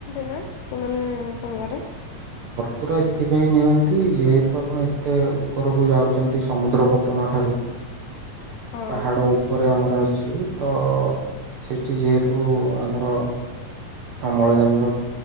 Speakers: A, on the left; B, on the right.
A: ନା ସେମାନେ ସାଙ୍ଗରେ
B: ପୁରା ଏଥିପାଇଁ ନିଅନ୍ତି ଯେହେତୁ ଆପଣ ଏତେ ଉପରକୁ ଯାଉଛନ୍ତି ସମୁଦ୍ର ପତନ ଠାରୁ
A: ହଁ
B: ପାହାଡ ଉପରେ ଆମର ଅଛି ତ ସେଠି ଯେହେତୁ- ଆମର ଅମ୍ଳଜାନ ର-